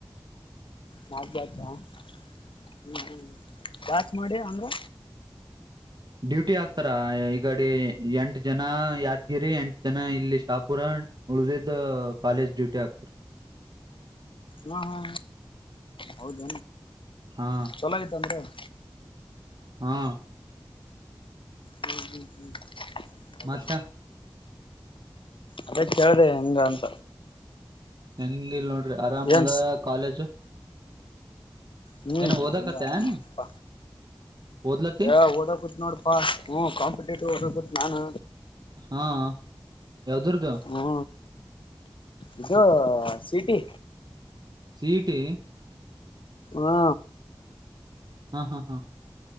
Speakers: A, on the left; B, on the right.
A: ನಾಕ್ ಬ್ಯಾಚಾ ಹ್ಮ್ ಹ್ಮ್ ಬ್ಯಾಚ್ ಮಾಡಿ ಅಂದ್ರ
B: ಡ್ಯೂಟಿ ಹಾಕ್ತರಾ ಆ ಎ ಈಗಡೀ ಎಂಟ್ ಜನ ಯಾದಗಿರಿ ಎಂಟ್ ಜನ ಇಲ್ಲಿ ಶಾಪುರಣ್ ಉಳ್ದಿದ್ದು ಕಾಲೇಜ್ ಡ್ಯೂಟಿ ಹಾಕ್ತರ್
A: ಹಾ ಹಾ ಹೌದ
B: ಹಾ
A: ಚಲೋ ಇತ್ ಅಂದ್ರೆ <inaudible>
B: ಹಾ.
A: ಹ್ಮ್ ಹ್ಮ್ ಹ್ಮ್ ಹೌದಾ
B: ಮತ್ತ
A: ಅದೇ ಕೇಳ್ದೆ ಹೆಂಗ್ ಅಂತ.
B: ಹೆಂಗಿಲ್ ನೋಡ್ ದೆ ಆರಾಮದಾ
A: ಏನ್ಸ್
B: ಕಾಲೇಜು.
A: ಹ್ಮ್
B: ಏನ ಓದಕತ್ತನ್
A: ಮೊದ್ಲು ಆರಾಮಪ್ಪ
B: ಓದ್ಲತಿ
A: ಏ ಓದಕುತ್ ನೋಡ್ಪಾ ಹ್ಮ ಕಾಂಪಿಟೇಟಿವ್ <unintelligible> ನಾನು
B: ಹಾ ಯಾವ್ದ್ರದು
A: ಹೂ ಇದೂ ಸಿಟಿ
B: ಸೀಟಿ
A: ಹಾ
B: ಹಾ ಹಾ ಹಾ